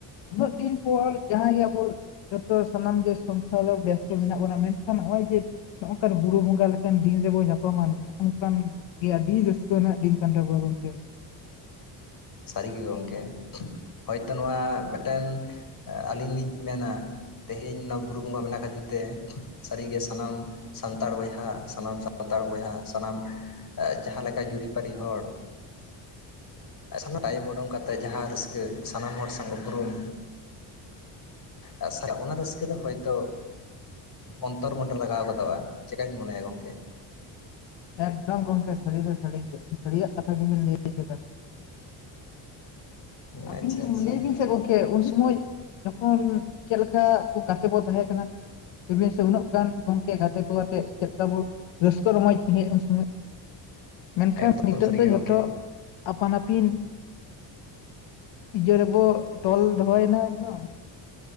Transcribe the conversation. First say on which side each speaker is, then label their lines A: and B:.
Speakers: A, on the left; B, on the left.
A: ᱩᱱᱟᱹᱜ ᱫᱤᱱ ᱯᱚᱨ ᱡᱟᱦᱟᱸᱭ ᱜᱮ ᱟᱵᱚ ᱡᱚᱛᱚ ᱥᱟᱱᱟᱢ ᱜᱮ ᱥᱚᱝᱥᱟᱨ ᱨᱮ ᱵᱮᱥᱛᱚ ᱢᱮᱱᱟᱜ ᱵᱚᱱᱟ ᱢᱮᱱᱠᱷᱟᱱ ᱱᱚᱜᱼᱚᱭ ᱡᱮ ᱱᱚᱜᱝᱠᱟᱱ ᱦᱩᱲᱟᱹ ᱦᱚᱸᱜᱟ ᱞᱮᱠᱟᱱ ᱫᱤᱱ ᱨᱮᱵᱚᱱ ᱧᱟᱯᱟᱢᱟ ᱱᱚᱜ ᱱᱚᱝᱠᱟᱱ ᱜᱮ ᱟᱹᱰᱤ ᱨᱟᱹᱥᱠᱟᱹ ᱨᱮᱱᱟᱜ ᱫᱤᱱ ᱠᱟᱱ ᱛᱟᱵᱳᱣᱟ ᱜᱚᱝᱠᱮ
B: ᱥᱟᱹᱨᱤᱜᱮ ᱜᱚᱢᱠᱮ ᱦᱚᱭᱛᱳ ᱱᱚᱣᱟ ᱢᱤᱫᱴᱮᱱ ᱟᱹᱞᱤᱧ ᱞᱤᱧ ᱢᱮᱱᱟ ᱛᱮᱦᱮᱧ ᱚᱱᱟ ᱵᱩᱨᱩ ᱵᱚᱸᱜᱟ ᱢᱮᱱᱟᱜ ᱠᱷᱟᱹᱛᱤᱨ ᱛᱮ ᱥᱟᱹᱨᱤᱜᱮ ᱥᱟᱱᱟᱢ ᱥᱟᱱᱛᱟᱲ ᱵᱚᱭᱦᱟ ᱥᱟᱱᱟᱢ ᱥᱟᱱᱛᱟᱲ ᱵᱚᱭᱦᱟ ᱥᱟᱱᱟᱢ ᱡᱟᱦᱟᱸ ᱞᱮᱠᱟ ᱡᱩᱨᱤᱯᱟᱨᱤ ᱦᱚᱲ ᱥᱟᱱᱟᱢ ᱴᱟᱭᱤᱢ ᱩᱰᱩᱝ ᱠᱟᱛᱮ ᱡᱟᱦᱟᱸ ᱨᱟᱹᱥᱠᱟᱹ ᱥᱟᱱᱟᱢ ᱦᱚᱲ ᱥᱟᱶ ᱩᱯᱨᱩᱢ <unintelligible> ᱚᱱᱟ ᱨᱟᱹᱥᱠᱟᱹ ᱫᱚ ᱦᱚᱭᱛᱳ ᱚᱱᱛᱚᱨ ᱢᱚᱱᱰᱮ ᱞᱟᱜᱟᱣ ᱜᱚᱫᱚᱜᱼᱟ ᱪᱮᱜ ᱠᱟᱹᱧ ᱢᱚᱱᱮᱭᱟ ᱜᱚᱝᱠᱮ
A: ᱮᱠᱫᱚᱢ ᱜᱚᱢᱠᱮ ᱥᱟᱹᱨᱤ ᱫᱚ ᱥᱟᱹᱨᱤ ᱜᱮ ᱟᱹᱰᱤ ᱥᱟᱹᱨᱤᱭᱟᱜ ᱠᱟᱛᱷᱟ ᱜᱮᱵᱤᱱ ᱞᱟᱹᱭ ᱠᱮᱫᱟ
B: <inaudible>
A: ᱟᱹᱵᱤᱱ
B: ᱟᱪᱪᱷᱟ
A: ᱜᱮ
B: ᱟᱪᱪᱷᱟ
A: ᱞᱟᱹᱭ ᱵᱤᱱ ᱥᱮ ᱜᱚᱝᱠᱮ ᱩᱱ ᱥᱚᱢᱚᱭ ᱡᱚᱠᱷᱚᱱ ᱪᱮᱫ ᱞᱮᱠᱟ ᱜᱟᱛᱮ ᱵᱚᱱ ᱛᱟᱦᱮᱸ ᱠᱟᱱᱟ <unintelligible> ᱥᱮ ᱩᱱᱟᱹᱜ ᱜᱟᱱ ᱜᱚᱢᱠᱮ ᱜᱟᱛᱮ ᱠᱚ ᱟᱛᱮ ᱪᱮᱫ ᱞᱮᱠᱟ ᱵᱚ ᱨᱟᱹᱥᱠᱟᱹ ᱨᱚᱢᱚᱡ ᱦᱮᱸ ᱩᱱ ᱥᱚᱢᱚᱭ ᱢᱮᱱᱠᱷᱟᱱ
B: ᱮᱠᱫᱚᱢ
A: ᱱᱤᱛᱚᱜ
B: ᱥᱟᱹᱨᱤᱜᱮ
A: ᱫᱚ
B: ᱜᱚᱢᱠᱮ
A: ᱡᱷᱚᱛᱚ ᱟᱯᱟᱱ ᱟᱹᱯᱤᱱ ᱤᱭᱟᱹ ᱨᱮᱵᱚ ᱛᱚᱞ ᱫᱚᱦᱚᱭᱮᱱᱟ ᱮᱠᱫᱚᱢ᱾